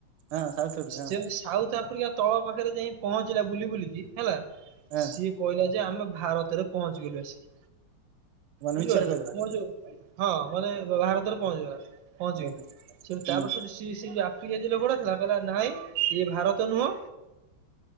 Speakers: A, on the right (about 80°); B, on the right (about 70°).
A: ହଁ ସାଉଥୁରୁ ହଁ
B: ଯେମିତି ସାଉଥ୍ ଆଫ୍ରିକା, ତଳ ପାଖରେ ଯାଇ ପହଞ୍ଚିଲା ବୁଲି ବୁଲିକି ହେଲା
A: ହଁ
B: ସିଏ, କହିଲା ଯେ ଆମେ ଭାରତରେ ପହଞ୍ଚିଗଲୁ ଆସିକି
A: ମାନେ
B: ବୁଝିପାରୁଛ
A: ମିଛରେ କହିଦେଲା
B: ମୋର ଯୋଉ, ହଁ ମାନେ ଭାରତରେ ପହଞ୍ଚିବ ପହଞ୍ଚିବି
A: ଓହୋ।
B: ସେଠୁ
A: ହୁଁ
B: ତାପରେ ସେଠି ସିଏ-ସିଏ ଯେ ଆପ୍ ଧିରେ-ଧିରେ ଘୋଡ଼ା ଥିଲା କହିଲ ନାଇଁ ଇଏ ଭାରତ ନୁହଁ,